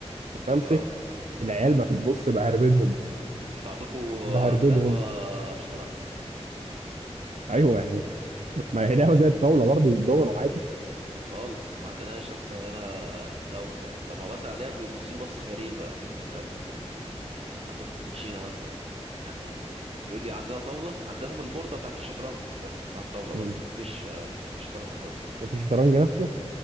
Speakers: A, on the right; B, on the right.
A: بمسك
B: اه
A: العيال بقى في البص بهربدهم
B: انتوا عندكوا
A: بهربدهم
B: في القهوة شطرنج
A: ايوه يعني <laughs> ما هي لعبه زي الطاوله برضه الدومينو عادي
B: خالص ما عندناش اصلا هنا لو س... لما بسأل عليها بيبص لي بصة غريبة كأني سألت عندكم كوتشينة مثلا يعني بيقول لي عندنا طاولة عندهم البوردة بتاعة الشطرنج بس بتاعة الطاولة
A: مم.
B: بس مفيش آه، شطرنج خالص
A: مفيش شطرنج نفسه